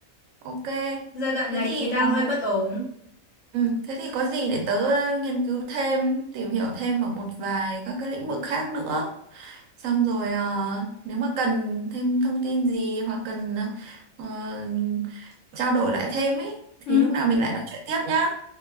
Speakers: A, on the right; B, on the left.
A: ok
B: Giai đoạn
A: thế
B: này
A: thì
B: thì đang
A: ờ,
B: hơi bất ổn.
A: ừ, thế thì có gì để tớ nghiên cứu thêm tìm hiểu thêm ở một vài các cái lĩnh vực khác nữa Xong rồi ờ, nếu mà cần thêm thông tin gì hoặc cần ờ, trao đổi lại thêm ấy
B: Ừ.
A: thì lúc nào mình lại nói chuyện tiếp nhá.